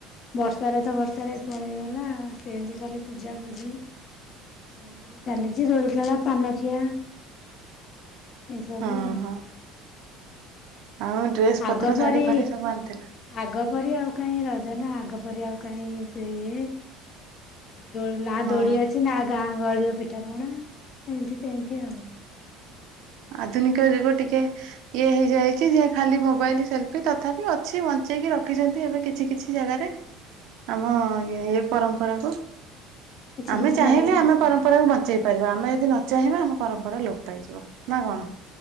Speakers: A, on the left (about 30°); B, on the right (about 55°).
A: ବର୍ଷାରେ ତ ବର୍ଷାରେ ପଳେଇଗଲା ସେମିତି କାଲି ପୂଜାପୂଜି ସେମିତିରେ ଚାଲିଛି ଦୋଳିଖେଳ ପାନଖିଆ ଏଇସବୁ
B: ହଁ
A: ଆଉ
B: ହଁ ଆଉ ଡ୍ରେସପତ୍ର
A: ଆଗ ପରି
B: ଶାଢୀଫାଢୀ ସବୁ ଆଣିଥିଲ?
A: ଆଗ ପରି ଆଉ କାହିଁ ରଜ ନା ଆଗ ପରି ଆଉ କାହିଁ ସେ ଇଏ ଦୋଳି ନା
B: ହଁ
A: ଦୋଳି ଅଛି ନା ଗାଁ ଗହଳି ପିଠାପଣା ଏମିତି ସେମିତି ଆଉ
B: ଆଧୁନିକ ଯୁଗ ଟିକେ ଇଏ ହେଇଯାଇଛି ଯେ ଖାଲି ମୋବାଇଲ, ସେଲଫି। ତଥାପି ଅଛି ବଞ୍ଚେଇକି ରଖିଛନ୍ତି ଏବେ କିଛି କିଛି ଜାଗାରେ। ଆମ-ଅ-ଅ ଇ ପରମ୍ପରା କୁ।
A: କିଛି
B: ଆମେ
A: କିଛି
B: ଚାହିଁଲେ
A: ଜାଗାରେ
B: ଆମେ
A: ଅଛି
B: ପରମ୍ପରା କୁ ବଞ୍ଚେଇ ପାରିବା। ଆମେ ଯଦି ନ ଚାହିଁବା ଆମ ପରମ୍ପରା ଲୋପ ପାଇଯିବ। ନା କଣ?